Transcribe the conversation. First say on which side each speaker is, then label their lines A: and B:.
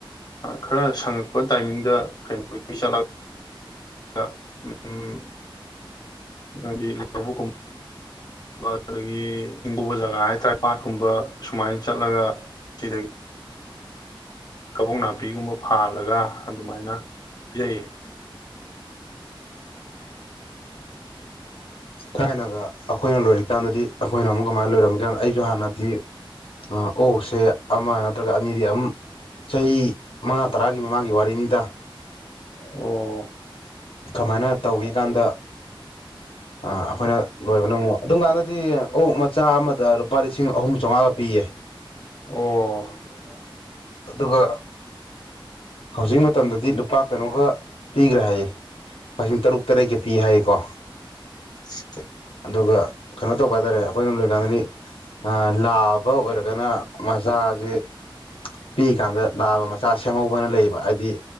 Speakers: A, on the left; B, on the left.
A: ꯈꯔ ꯁꯪꯉꯛꯄ ꯇꯥꯏꯃꯤꯡꯗ ꯀꯩꯅꯣ ꯆꯠꯂ ꯑ ꯎꯝ ꯑꯗꯨꯗꯤ ꯂꯕꯨꯨ ꯀꯨꯝ ꯑꯗꯨꯗꯒꯤ ꯍꯪꯉꯕ ꯖꯒꯥ ꯍꯥꯏꯇꯥꯔꯦ ꯄꯥꯠꯀꯨꯝꯕ ꯁꯨꯃꯥꯏꯅ ꯆꯠꯂꯒ ꯁꯤꯗꯒꯤ ꯀꯕꯨꯡ ꯅꯥꯄꯤꯒꯨꯝꯕ ꯐꯥꯜꯂꯒ ꯑꯗꯨꯃꯥꯏꯅ ꯄꯤꯖꯩꯩ
B: ꯊꯥꯏꯅꯒ ꯑꯈꯣꯏꯅ ꯂꯣꯏꯔꯤꯀꯥꯟꯗꯗꯤ ꯑꯈꯣꯏꯅ ꯑꯃꯨꯛ ꯀꯃꯥꯏ ꯂꯣꯏꯔꯝꯒꯦ ꯀꯥꯟꯗ ꯑꯩꯖꯨ ꯍꯥꯟꯅꯗꯤ ꯑꯥ ꯑꯣꯛꯁꯦ ꯑꯃ ꯅꯠꯇ꯭ꯔꯒ ꯑꯅꯤꯗꯤ ꯑꯝ ꯆꯍꯤ ꯃꯉꯥ ꯇꯔꯥꯒꯤ ꯃꯃꯥꯡꯒꯤ ꯋꯥꯔꯤꯅꯤꯗꯥ꯫
A: ꯑꯣ
B: ꯀꯃꯥꯏꯅ ꯇꯧꯒꯤ ꯀꯥꯟꯗ ꯑꯥ ꯑꯈꯣꯏꯅ ꯂꯣꯏꯕꯅ ꯑꯃꯨꯛ ꯑꯗꯨꯝꯀꯥꯟꯗꯗꯤ ꯑꯣꯛ ꯃꯆꯥ ꯑꯃꯗ ꯂꯨꯄꯥ ꯂꯤꯁꯤꯡ ꯑꯍꯨꯝ ꯆꯧꯉꯥꯒ ꯄꯤꯌꯦ꯫
A: ꯑꯣ
B: ꯑꯗꯨꯒ ꯍꯧꯖꯤꯛ ꯃꯇꯝꯗꯗꯤ ꯂꯨꯄꯥ ꯀꯩꯅꯣꯒ ꯄꯤꯒ꯭ꯔꯦ ꯍꯥꯏꯌꯦ ꯄꯥ ꯂꯤꯁꯤꯡ ꯇꯔꯨꯛ꯫ ꯇꯔꯦꯠꯀꯦ ꯄꯤ ꯍꯥꯏꯌꯦꯀꯣ?
A: <inaudible>
B: ꯑꯗꯨꯒ ꯀꯩꯅꯣ ꯇꯧꯕ ꯍꯥꯏꯇꯥꯔꯦ ꯑꯈꯣꯏꯅ ꯂꯣꯏꯀꯥꯟꯗꯗꯤ ꯑ ꯂꯥꯕ ꯑꯣꯏꯔꯒꯅ ꯃꯆꯥꯖꯦ ꯄꯤꯛꯏ ꯀꯥꯟꯗ ꯂꯥꯕ ꯃꯆꯥ ꯁꯦꯝꯍꯧꯕꯅ ꯂꯩꯌꯦꯕ ꯍꯥꯏꯗꯤ